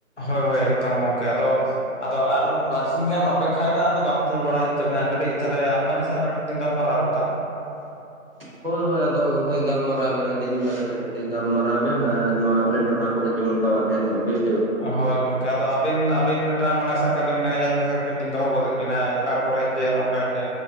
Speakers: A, on the left; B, on the right.
A: ᱦᱳᱭ ᱦᱳᱭ ᱮᱠᱫᱚᱢ ᱜᱚᱝᱠᱮ ᱟᱫᱚ ᱟᱫᱚ ᱟᱨᱚ ᱵᱟᱨᱥᱤᱧ ᱜᱟᱱ ᱚᱯᱮᱠᱷᱟ ᱢᱮ ᱟᱫᱚ ᱵᱟᱝ ᱛᱩᱞ ᱵᱟᱲᱟᱭ ᱦᱳᱭᱳᱜ ᱛᱟᱵᱤᱱᱟ ᱠᱟᱹᱴᱤᱡ ᱛᱟᱦᱚᱞᱮ ᱟᱢᱵᱟᱱᱤ ᱥᱟᱶᱟᱜ ᱠᱟᱹᱴᱤᱡ ᱞᱤᱧ ᱜᱟᱞ ᱢᱟᱨᱟᱣ ᱜᱚᱫᱟ᱾
B: ᱦᱳᱭ ᱦᱳᱭ ᱟᱫᱚ ᱦᱳᱭ ᱜᱟᱞᱢᱟᱨᱟᱣ ᱵᱮᱱ ᱟᱹᱞᱤᱧ ᱵᱟᱨᱮᱛᱮ ᱠᱟᱹᱴᱤᱡ ᱜᱟᱞᱢᱟᱨᱟᱣ ᱵᱮᱱ ᱟᱨ ᱱᱚᱣᱟ ᱟᱞᱮ ᱴᱚᱴᱷᱟ ᱠᱚᱨᱮ ᱡᱮᱢᱚᱱ ᱴᱟᱣᱭᱟᱨ ᱰᱷᱮᱨ ᱧᱚᱜ ᱵᱟ. ᱭ
A: ᱦᱳᱭ ᱜᱚᱝ ᱠᱮ ᱟᱫᱚ ᱟᱹᱵᱤᱱ ᱟᱹᱵᱤᱱ ᱢᱤᱫᱴᱟᱝ ᱢᱟᱱᱮ ᱥᱟᱵ ᱠᱟᱜᱵᱮᱱ ᱢᱮᱱᱮᱡᱟᱨ ᱞᱮᱠᱟ ᱠᱟᱹᱴᱤᱡ ᱞᱤᱧ ᱫᱚᱦᱚ ᱜᱚᱫ ᱵᱮᱱᱟ ᱚᱠᱟ ᱠᱚᱨᱮ ᱡᱮ ᱱᱚᱝᱠᱟ ᱡᱮ